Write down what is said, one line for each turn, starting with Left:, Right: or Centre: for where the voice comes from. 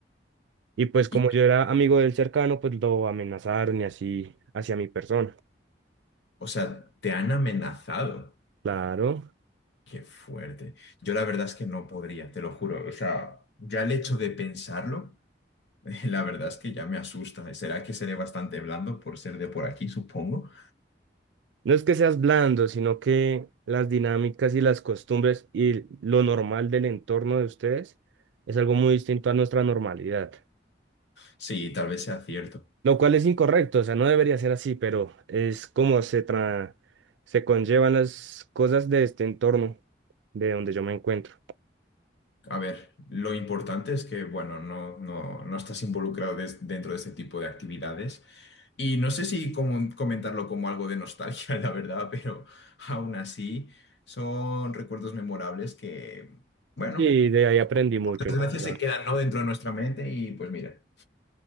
Right: Y pues como
Left: Y,
Right: yo era amigo del cercano, pues lo amenazaron y así hacia mi persona.
Left: o sea, te han amenazado.
Right: Claro.
Left: Qué fuerte. Yo la verdad es que no podría, te lo juro. O sea, ya el hecho de pensarlo. <laughs> La verdad es que ya me asusta. ¿Será que seré bastante blando por ser de por aquí, supongo?
Right: No es que seas blando, sino que las dinámicas y las costumbres y lo normal del entorno de ustedes es algo muy distinto a nuestra normalidad.
Left: Sí, tal vez sea cierto.
Right: Lo cual es incorrecto, o sea, no debería ser así, pero es como se tra- se conllevan las cosas de este entorno, de donde yo me encuentro.
Left: A ver, lo importante es que, bueno, no, no, no estás involucrado des- dentro de este tipo de actividades. Y no sé si como- comentarlo como algo de nostalgia, <laughs> la verdad, pero aún así son recuerdos memorables que, bueno,
Right: Y de ahí aprendí mucho,
Left: por desgracia
Right: la verdad.
Left: se quedan, ¿no? dentro de nuestra mente y pues mira.